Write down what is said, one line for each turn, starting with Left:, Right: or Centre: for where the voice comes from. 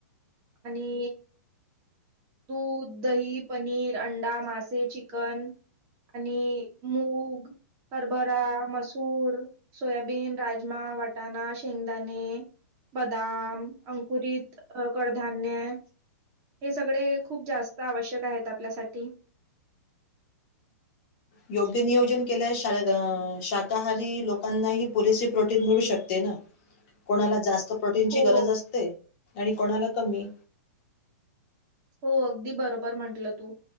Right: आणि दूध दही पनीर अंडा मासे चिकन आणि मूग हरभरा मसूर सोयाबीन राजमा वाटाणा शेंगदाणे बदाम अंकुरित कडधान्य हे सगळे खूप जास्त आवश्यक आहेत आपल्यासाठी
Left: योग्य नियोजन केल्यास शाकाहारी लोकांनाही पुरेसे प्रोटीन मिळू शकते ना कोणाला जास्त प्रोटीनची
Right: हो.
Left: गरज असते आणि कोणाला कमी
Right: हो अगदी बरोबर म्हंटलं तू